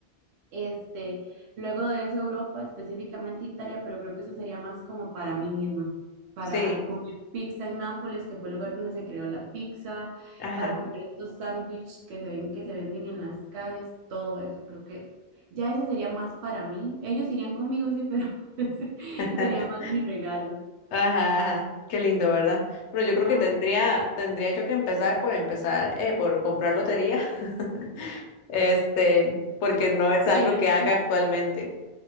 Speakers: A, on the right (about 75°); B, on the left (about 80°).
A: este, luego de eso Europa, específicamente Italia, pero creo que eso sería más como para mí misma, para
B: sí,
A: comer pizza en Nápoles, que fue el lugar donde se creó la pizza,
B: ajá,
A: para comer estos sándwiches que se ven que se venden en las calles, todo eso, creo que ya eso sería más para mí. Ellos irían conmigo, sí, pero <laughs> ese
B: <laughs> ajá,
A: sería más mi regalo.
B: ajá. Qué lindo, ¿verdad? Bueno, yo creo
A: Ah,
B: que tendría, tendría yo que empezar por empezar, eh, por comprar lotería, <laughs> este, porque no es
A: sí.
B: algo que haga actualmente.